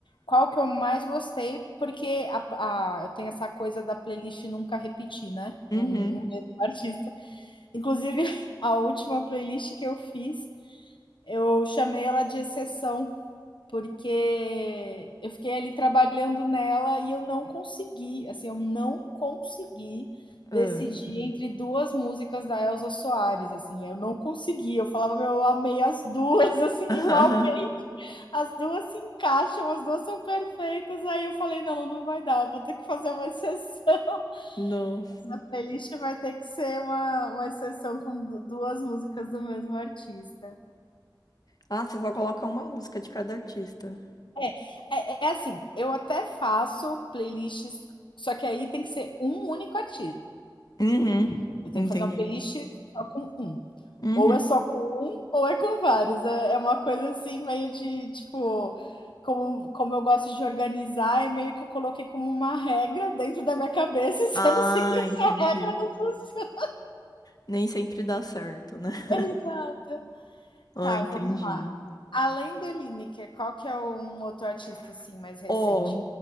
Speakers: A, on the left (about 80°); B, on the left (about 50°).
A: qual que eu mais gostei, porque a, a- eu tenho essa coisa da playlist nunca repetir, né? Um,
B: Uhum.
A: um mesmo <laughs> artista. Inclusive, a última playlist que eu fiz, eu chamei ela de exceção, porque eu fiquei ali trabalhando nela e eu não consegui, assim, eu não consegui
B: Ah.
A: decidir entre duas músicas da Elza Soares, assim, eu não consegui, eu falava, meu, eu amei as duas, <laughs> assim,
B: <laughs>
A: igualmente, as duas se encaixam, as duas são perfeitas, aí eu falei, não, não vai dar, vou ter que fazer uma <laughs> exceção,
B: Nossa.
A: essa playlist vai ter que ser uma, uma exceção com duas músicas do mesmo artista.
B: Ah, você só coloca uma música de cada artista.
A: É, é, é assim, eu até faço playlists, só que aí tem que ser um único artista.
B: Uhum,
A: Eu tenho
B: entendi.
A: que fazer uma playlist só com um.
B: Uhum.
A: Ou é só com um, ou é com vários. É, é uma coisa assim, meio de tipo. Como, como eu gosto de organizar, e meio que eu coloquei como uma regra dentro da minha cabeça, <laughs> e se
B: Ah,
A: eu não seguir essa
B: entendi.
A: regra, não funciona.
B: Nem sempre dá certo, né? <laughs>
A: Exato.
B: Ah,
A: Tá,
B: entendi.
A: vamos. Além do Lineker, qual que é um outro artista assim mais recente?
B: Ó,